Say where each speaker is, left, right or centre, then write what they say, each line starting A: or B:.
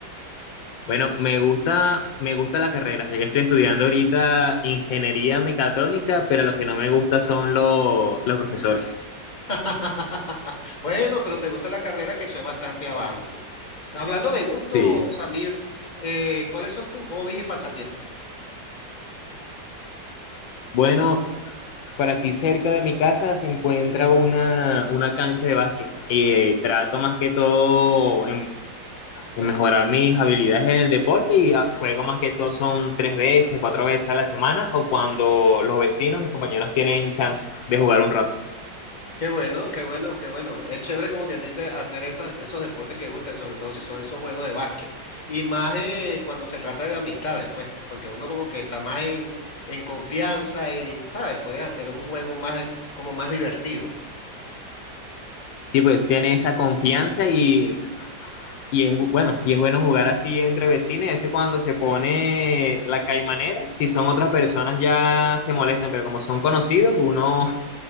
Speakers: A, on the left; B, on the left.
A: Bueno, me gusta, me gusta la carrera, ya que estoy estudiando ahorita ingeniería mecatrónica, pero lo que no me gusta son lo- los profesores.
B: <laughs> Bueno, pero te gusta la carrera que eso es bastante avance. Hablando de gusto,
A: Sí.
B: Samir, eh, ¿cuáles son tus hobbies y pasatiempos?
A: Bueno, por aquí cerca de mi casa se encuentra una, una cancha de básquet y trato más que todo en mejorar mis habilidades en el deporte y a- juego más que todo son tres veces, cuatro veces a la semana o cuando los vecinos, mis compañeros tienen chance de jugar un rato.
B: Qué bueno, qué bueno, qué bueno. Es chévere como quien dice hacer esa- esos deportes que gustan, sobre todo si son esos juegos de básquet. Y más eh, cuando se trata de amistades, pues, porque uno como que está más en, en confianza y, ¿sabes? Puedes hacer un juego más, de- como más divertido.
A: Sí, pues tiene esa confianza y, y es bueno, y es bueno jugar así entre vecinos. y A veces cuando se pone la caimanera, si son otras personas ya se molestan, pero como son conocidos, uno,